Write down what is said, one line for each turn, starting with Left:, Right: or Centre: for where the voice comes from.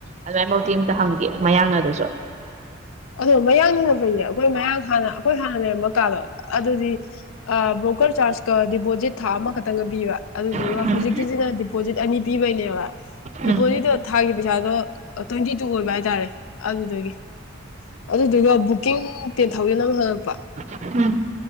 Right: ꯑꯗꯨꯃꯥꯏꯐꯧꯛꯇꯤ ꯑꯝꯇ ꯍꯪꯒꯦ ꯃꯌꯥꯡꯅ ꯑꯗꯨꯁꯨ
Left: ꯑꯗꯣ ꯃꯌꯥꯡ ꯂꯩꯅ ꯐꯩꯅꯦ ꯑꯩꯈꯣꯏ ꯃꯌꯥꯡ ꯍꯥꯟꯅ ꯑꯩꯈꯣꯏ ꯍꯥꯟꯅ ꯂꯩꯔꯝꯝꯕ ꯀꯥꯟꯗꯣ ꯑꯗꯨꯗꯤ ꯑ ꯕ꯭ꯔꯣꯀꯔ ꯆꯥꯔꯖꯀ ꯗꯤꯄꯣꯖꯤꯠ ꯊꯥ ꯑꯃꯈꯛꯇꯪꯒ ꯄꯤꯕ ꯑꯗꯨꯗꯨꯒ
Right: ꯎꯝ
Left: ꯍꯧꯖꯤꯛꯀꯤꯁꯤꯅ ꯗꯤꯄꯣꯖꯤꯠ ꯑꯅꯤ ꯄꯤꯕꯩꯅꯦꯕ
Right: ꯎꯝ
Left: ꯗꯤꯄꯣꯖꯤꯠꯇꯣ ꯊꯥꯒꯤ ꯄꯩꯁꯥꯗꯣ ꯇ꯭ꯋꯦꯟꯇꯤ ꯇꯨ ꯑꯣꯏꯕ ꯍꯥꯏꯇꯥꯔꯦ ꯑꯗꯨꯗꯒꯤ ꯑꯗꯨꯗꯨꯒ ꯕꯨꯛꯀꯤꯡ ꯇꯦꯟ ꯊꯥꯎꯖꯟ ꯑꯃ ꯍꯪꯉꯛꯄ
Right: ꯎꯝ